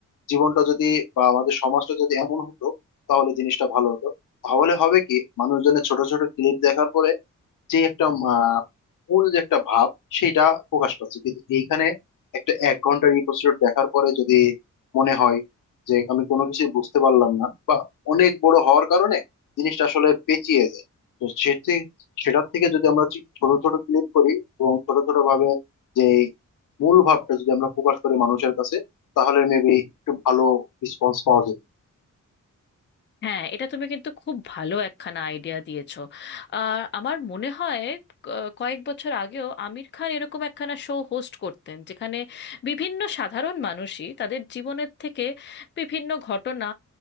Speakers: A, on the left (about 85°); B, on the left (about 35°).
A: জীবনটা যদি বা আমাদের সমাজটা যদি এমন হতো তাহলে জিনিসটা ভালো হতো তাহলে হবে কি মানুষজনের ছোট ছোট ক্লিপ দেখার পরে যে একটা আহ, মূল যে একটা ভাব সেটা প্রকাশ পাচ্ছে কিন্তু এইখানে একটা এক ঘন্টার এপিসোড দেখার পরে যদি মনে হয় যে আমি কোনো কিছু বুঝতে পারলাম না বা অনেক বড় হওয়ার কারণে জিনিসটা আসলে পেঁচিয়ে যায় তো সেটি সেটার থেকে যদি আমরা ঠিক ছোট ছোট ক্লিপ করি এবং ছোট ছোট ভাবে যে মূল ভাবটা যদি আমরা প্রকাশ করি মানুষের কাছে তাহলে মেবি একটু ভালো রেসপন্স পাওয়া যেত
B: হ্যাঁ এটা তুমি কিন্তু খুব ভালো একখানা আইডিয়া দিয়েছো আর আমার মনে হয় ক- কয়েক বছর আগেও আমির খান এরকম একখানা শো হোস্ট করতেন যেখানে বিভিন্ন সাধারণ মানুষই তাদের জীবনের থেকে বিভিন্ন ঘটনা